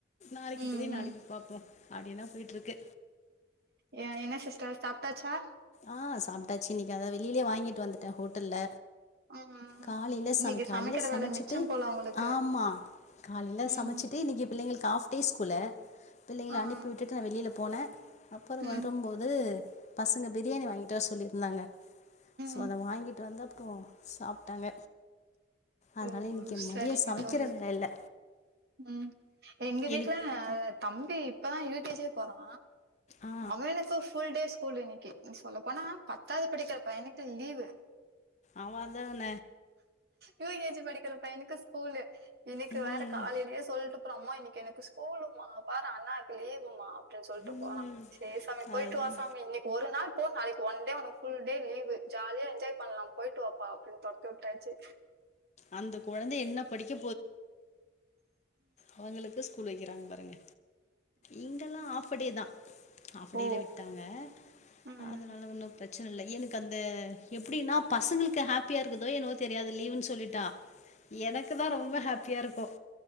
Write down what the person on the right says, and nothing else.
ம்
ம்
ஏ என்ன சிஸ்டர் சாப்டாச்சா
ம்
இன்னைக்கு
சமைக்கிற
வேல மிச்சம் போல உங்களுக்கு
ம்
ம்
ஆ
ஆ
ம்
ம்
ஓ
சரிங்க
தோழி
ம் எங்க வீட்ல
தம்பி இப்பதா யூகேஜியே போறா
அவனுக்கு புல்டே ஸ்கூல் இன்னைக்கு நீ சொல்லப்போனா பத்தாவது படிக்கிற பயனுக்கு லீவு
யூகேஜி படிக்கிர பையன்னுக்கு ஸ்கூலு இன்னைக்கு
வேற காலே ல சொல்டு போற அம்மா இன்னைக்கு ஸ்கூலுமா பாரு அண்ணாக்கு லீவுமா அப்டின்னு சொல்டு
போறா சேர் சாமி போயிட்டு
வா சாமி இன்னைக்கு ஒரு நாள் போ நாளைக்கு ஒன் டே ஒனக்கு புல்டே லீவு ஜாலியா என்ஜாய் பண்லா போயிட்டு வாப்பா அப்டின் தொர்த்திவுட்டாச்சி
ம் ஓ
ம்